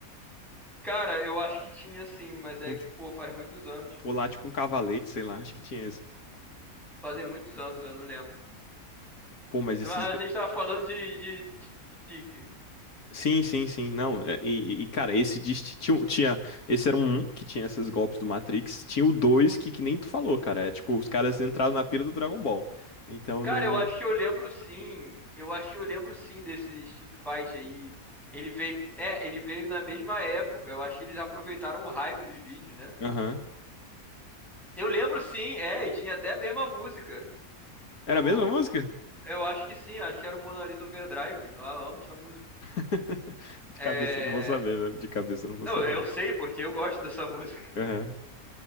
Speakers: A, in the centre; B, on the left (about 80°).
A: Cara, eu acho que tinha sim, mas é,
B: Um, tipo,
A: pô, faz muitos anos.
B: pô, lá, tipo um cavalete, sei lá, acho que tinha esse.
A: Fazem muitos anos, eu não lembro.
B: Pô, mas esses.
A: Mas a gente tava falando de, de, de, stick.
B: Sim, sim, sim, não. é, E, e, cara, esse de- tinha, um- tinha. Esse era um um que tinha esses golpes do Matrix. Tinha o dois que, que nem tu falou, cara. É tipo, os caras entraram na pira do Dragon Ball. Então
A: Cara,
B: não.
A: eu acho que eu lembro sim. Eu acho que eu lembro sim desse Stick Fight aí. Ele veio, é, ele veio na mesma época. Eu acho que eles aproveitaram o hype dos vídeos, né?
B: Aham.
A: Eu lembro sim, é, e tinha até a mesma música do
B: Era a mesma música?
A: Eu acho que sim, acho que era o Mona Lisa Overdrive. Ah, eu amo essa música.
B: <laughs> De
A: É,
B: cabeça eu não vou saber, velho. De cabeça eu não vou
A: não,
B: saber.
A: eu sei porque eu gosto dessa <laughs> música.
B: Aham.